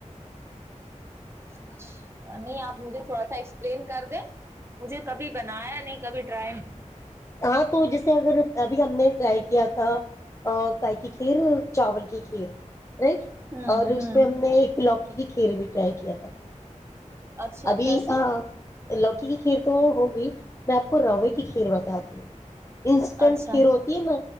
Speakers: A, on the right; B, on the left.
A: جچ <inaudible> نہیں آپ مجھے تھوڑا سا ایکسپلین کر دیں مجھے کبھی بنایا نہیں کبھی ڈرای
B: ہاں تو جیسے اگر ابھی ہم نے ٹرائی کیا تھا کائی کی کھیر چاول کی کھیر رائٹ
A: ہ
B: اور اس پہ ہم نے ایک ل اس کھیل بھی ٹرائی کیا تھا
A: اچھا
B: ابھی
A: کیسے
B: ہاں لوکی کی کھیر تو ہوگی میں آپ کو روے کی کھیر بتا دی ہوں انسٹنٹ
A: اچھا
B: کھیر ہوتی ہے نا